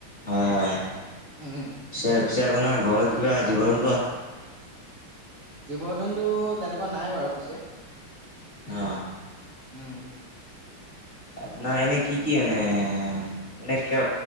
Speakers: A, on the left; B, on the right.
A: হয়-হয় পিছে-পিছে
B: উম,
A: আপোনাৰ ঘৰত কিবা জীৱন
B: জীৱ-জন্তু তেনেকুৱা নাই বাৰু পিছে
A: অ
B: উম
A: আপোনাৰ এনে কি-কি মানে-মানে কিয়